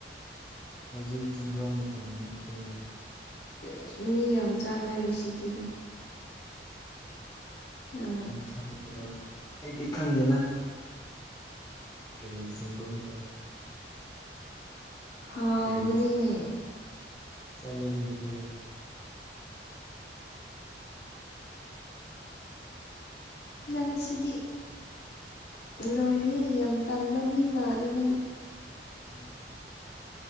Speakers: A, on the left (about 20°); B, on the left (about 65°).
A: ꯍꯧꯖꯤꯛ ꯆꯤꯡꯒꯨꯝ ꯃꯇꯝ ꯅꯠꯇꯦ
B: ꯑꯦꯁ ꯃꯤ ꯌꯥꯝ ꯆꯥꯟꯅꯔꯤꯁꯤꯗꯤ ꯅꯪ
A: ꯃꯊꯪꯗ ꯑꯩꯗꯤ ꯈꯪꯗꯦꯅꯥ ꯀꯔꯤ ꯆꯤꯡꯒꯨꯝꯔꯥ
B: ꯍꯥꯎꯕꯅꯤꯅꯦ
A: ꯀꯔꯤ ꯆꯥꯅꯤꯡꯗ꯭ꯔꯦ
B: ꯅꯪꯁꯤꯗꯤ ꯂꯣꯏꯔꯦꯍꯦ ꯌꯥꯝ ꯇꯟꯕ ꯃꯤ ꯃꯥꯜꯂꯤ ꯅꯪ
A: <inaudible>